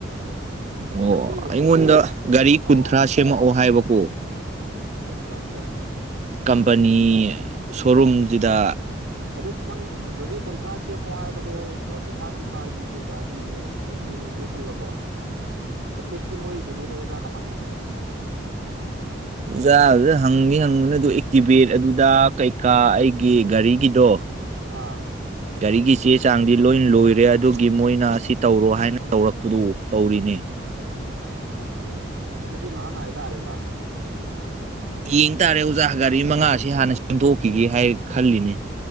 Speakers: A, on the right; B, on the right.
A: ꯑꯣ
B: ꯍꯥꯏꯗꯤ
A: ꯑꯩꯉꯣꯟꯗ ꯒꯥꯔꯤ ꯀꯨꯟꯊ꯭ꯔꯥ
B: ꯑꯣ
A: ꯁꯦꯝꯃꯛꯑꯣ ꯍꯥꯏꯕꯀꯣ
B: ꯑꯠꯆꯥ ꯆꯥ
A: ꯀꯝꯄꯅꯤ ꯁꯣꯔꯨꯝꯖꯤꯗ
B: ꯑꯣ ꯑꯗꯨ ꯅꯪ ꯒꯥꯔꯤ ꯀꯨꯟꯊ꯭ꯔꯥ ꯁꯦꯝꯃꯣ ꯍꯥꯏꯕꯗꯣ ꯄꯩꯁꯥ ꯅꯨꯡꯁꯥꯒꯤ ꯀꯩꯀꯥ ꯄꯦ ꯃꯦꯟꯒꯤ ꯑꯗꯨꯗꯤ ꯂꯣꯏꯁꯜꯂꯕꯣ ꯍꯥꯏꯐꯦꯠꯇꯤ ꯃꯣꯏ ꯀꯩꯅꯣꯗꯣ ꯑꯣꯖꯥꯗ ꯍꯥꯡꯕꯤꯕ꯭ꯔꯣ
A: ꯑꯣꯖꯥꯗꯨꯗ ꯍꯪꯗꯤ ꯍꯪꯕꯅꯦ ꯑꯗꯨ ꯑꯦꯛꯇꯤꯚꯦꯠ ꯑꯗꯨꯗ ꯀꯩꯀꯥ ꯑꯩꯒꯤ ꯒꯥꯔꯤꯒꯤꯗꯣ
B: ꯑꯥ
A: ꯒꯥꯔꯤꯒꯤ ꯆꯦ ꯆꯥꯡꯗꯤ ꯂꯣꯏ ꯂꯣꯏꯔꯦ ꯑꯗꯨꯒꯤ ꯃꯣꯏꯅ ꯑꯁꯤ ꯇꯧꯔꯣ ꯍꯥꯏꯅ ꯇꯧꯔꯛꯄꯗꯣ ꯇꯧꯔꯤꯅꯦ
B: ꯑꯣꯀꯦ ꯑꯗꯨꯗꯤ ꯉꯥꯍꯥꯛ ꯉꯥꯏꯇꯔꯦꯅ
A: ꯌꯦꯡ ꯇꯔꯦ ꯑꯣꯖꯥ ꯒꯥꯔꯤ ꯃꯉꯁꯤ
B: ꯇꯥꯔꯦ
A: ꯍꯥꯟꯅ ꯁꯦꯝꯗꯣꯛꯈꯤꯒꯦ ꯍꯥꯏ ꯈꯜꯂꯤꯅꯦ